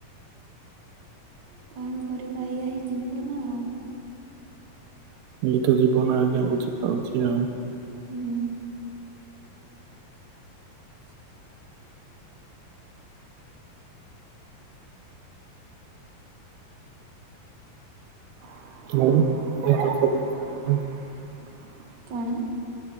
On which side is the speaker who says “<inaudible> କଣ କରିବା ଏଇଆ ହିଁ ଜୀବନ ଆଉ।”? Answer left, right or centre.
Right